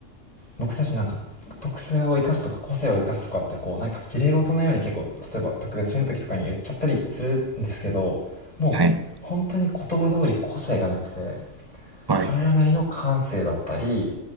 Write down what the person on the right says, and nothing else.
はい。はい。